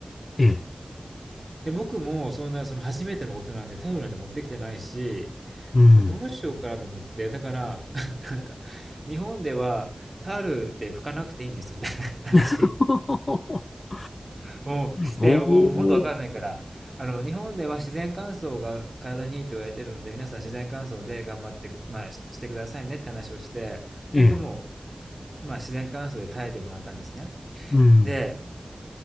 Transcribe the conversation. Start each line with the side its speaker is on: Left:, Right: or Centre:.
Left: ええ、
Right: で、僕もそんな、その初めてのことなんでタオルなんて持ってきてないし、
Left: うん。
Right: どうしようかなと思って、だから、<laughs> なんか、日本ではタオルで拭かなくていいんですみたいな話
Left: <laughs>
Right: をして、
Left: お
Right: 僕もうもっとわかんないから、
Left: お、
Right: あの、日本では自然乾燥が体にいいと言われてるので、皆さん自然乾燥で頑張って、まあ、ししてくださいねって話をして、本当も
Left: ええ、
Right: う、まあ、自然乾燥で耐えてもらったんですね。
Left: うん、
Right: で、